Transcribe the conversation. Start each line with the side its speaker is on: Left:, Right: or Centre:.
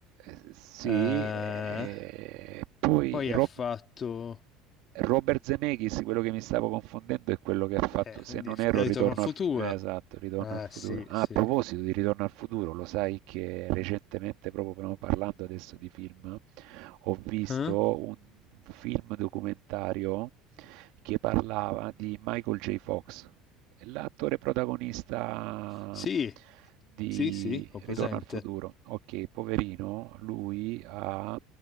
Right: Eh, sì,
Left: Eh,
Right: e poi
Left: poi
Right: Ro-
Left: ha fatto.
Right: Robert Zemeckis, quello che mi stavo confondendo è quello che ha fatto,
Left: Eh,
Right: se
Left: quindi
Right: non erro,
Left: Ritorno
Right: Ritorno
Left: al futuro.
Right: al, fu- eh, esatto, Ritorno
Left: Ah,
Right: al futuro.
Left: sì,
Right: Ah,
Left: sì.
Right: a proposito di Ritorno al futuro, lo sai che recentemente, proprio però parlando adesso di film, ho visto
Left: Eh?
Right: un film documentario che parlava di Michael J. Fox. L'attore protagonista
Left: Sì,
Right: di
Left: sì, sì, ho presente.
Right: Ritorno al futuro. Ok, poverino, lui ha...